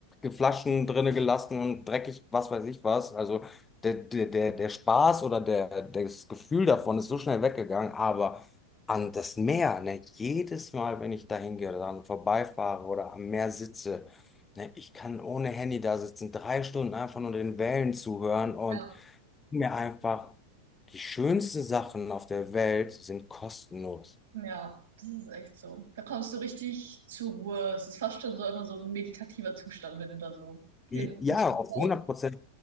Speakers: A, on the left; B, on the right.
A: Flaschen drinne gelassen und dreckig, was weiß ich was. Also der, der, der der Spaß oder der, das Gefühl davon ist so schnell weggegangen, aber an das Meer, ne, jedes Mal, wenn ich da hingehe oder dran vorbeifahre oder am Meer sitze, ne, ich kann ohne Handy da sitzen, drei Stunden einfach nur den Wellen zuhören und
B: ja,
A: mir einfach die schönsten Sachen auf der Welt sind kostenlos.
B: ja, das ist echt so. Da kommst du richtig zur Ruhe. Es ist fast schon so immer so ein meditativer Zustand, wenn du da so
A: Äh,
B: den
A: Ja,
B: Wind
A: auf
B: brauchst.
A: 100%.